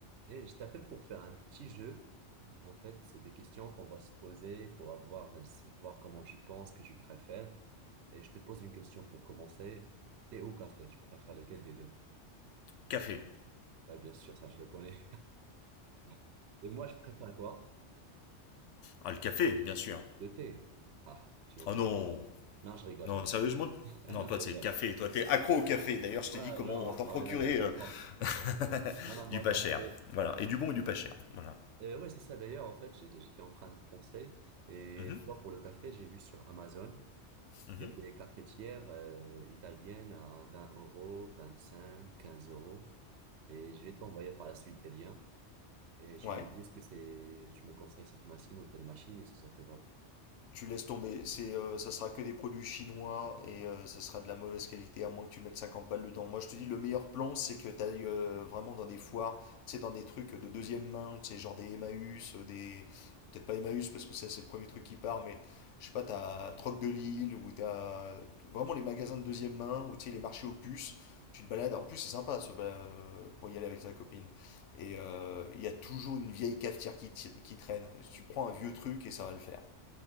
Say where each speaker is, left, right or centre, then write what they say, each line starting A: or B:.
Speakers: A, on the right; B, on the left.
A: Et je t'appelle pour faire un petit jeu. En fait, c'est des questions qu'on va se poser pour avoir, voir comment tu penses, que tu préfères. Et je te pose une question pour commencer. Thé ou café, tu préfères lequel des deux?
B: Café.
A: Ouais, bien sûr, ça, je le connais. <laughs> Et moi, je préfère quoi?
B: Ah, le café, bien sûr.
A: Le thé. Ah, tu me
B: Oh
A: connais
B: non.
A: pas. Non, je rigole,
B: Non,
A: je rigole.
B: sérieusement.
A: <laughs>
B: Non,
A: Non,
B: toi,
A: je rigole.
B: c'est café. Toi, t'es accro au café. D'ailleurs, je
A: Ouais,
B: t'ai dit
A: ouais,
B: comment
A: on en
B: t'en
A: parlait
B: procurer
A: la dernière
B: euh,
A: fois.
B: <laughs>
A: Non, non,
B: du
A: moi,
B: pas
A: café.
B: cher. Voilà. Et du bon et du pas cher. Voilà.
A: Euh, ouais, c'est ça. D'ailleurs, en fait, j'ai- j'étais en train de penser. Et
B: Mhm,
A: tu vois, pour le café, j'ai vu sur Amazon.
B: mhm.
A: Il y a des cafetières euh, italiennes à 20 euros, 25, 15 euros. Et je vais t'envoyer par la suite des liens. Et tu
B: Ouais.
A: me dis est-ce que c'est, tu me conseilles cette machine ou telle machine et si ça te va.
B: tu laisses tomber. C'est, euh, ça sera que des produits chinois et euh, ça sera de la mauvaise qualité, à moins que tu mettes 50 balles dedans. Moi, je te dis, le meilleur plan, c'est que tu ailles euh, vraiment dans des foires, tu sais, dans des trucs de deuxième main, tu sais, genre des Emmaüs, euh, des. Peut-être pas Emmaüs, parce que ça, c'est le premier truc qui part, mais je sais pas, t'as Troc de Lille, ou t'as vraiment les magasins de deuxième main, ou tu sais, les marchés aux puces. Tu te balades, en plus, c'est sympa ce, euh, pour y aller avec sa copine. Et il euh, y a toujours une vieille cafetière qui, t- qui traîne. Tu prends un vieux truc et ça va le faire.